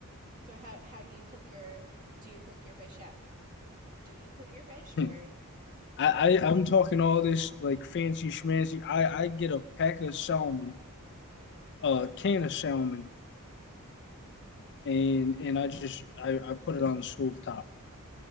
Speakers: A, on the right (about 35°); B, on the left (about 55°).
A: So how how do you cook your do you cook your fish at do you cook your fish
B: <laughs>
A: or
B: I, I I'm talking all this like fancy schmancy. I I get a pack of salmon, a can of salmon, and and I just I I put it on the stove top,